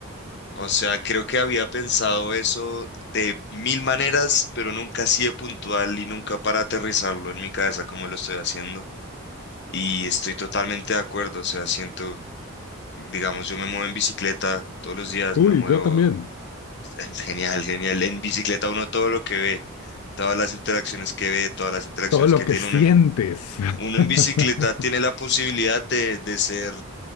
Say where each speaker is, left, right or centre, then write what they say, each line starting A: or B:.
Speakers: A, on the left; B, on the left.
A: O sea, creo que había pensado eso de mil maneras, pero nunca así de puntual y nunca para aterrizarlo en mi cabeza como lo estoy haciendo. Y estoy totalmente de acuerdo, o sea, siento, digamos, yo me muevo en bicicleta todos los días,
B: Uy,
A: me muevo
B: yo también.
A: <laughs> genial, genial. En bicicleta uno todo lo que ve, todas las interacciones que ve, todas las interacciones
B: Todo lo
A: que tiene
B: que sientes.
A: uno en, uno
B: <laughs>
A: en bicicleta tiene la posibilidad de, de ser,